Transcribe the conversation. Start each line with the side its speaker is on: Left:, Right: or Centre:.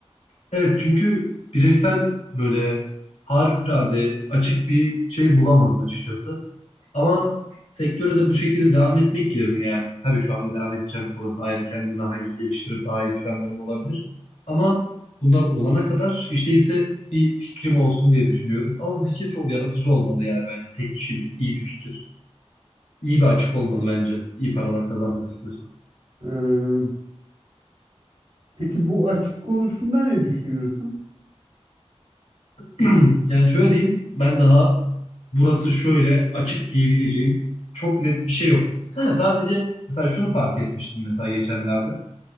Left: Evet çünkü bireysel böyle harikulade açık bir şey bulamadım açıkçası. Ama sektöre de bu şekilde devam etmek yerine yani. Tabii şu anda devam edeceğim. Orası ayrı. Kendimi daha iyi geliştirip daha iyi planlarım olabilir. Ama bunlar olana kadar hiç değilse bir fikrim olsun diye düşünüyorum. Ama bu fikir çok yaratıcı olmalı yani bence. Tek kişilik iyi bir fikir. İyi bir açık olmalı bence. İyi paralar kazanmak istiyorsan.
Right: Ee, peki bu açık konusunda ne düşünüyorsun?
Left: <clears throat> Yani şöyle diyeyim, ben daha burası şöyle açık diyebileceğim çok net bir şey yok. Ha, sadece mesela şunu fark etmiştim mesela geçenlerde.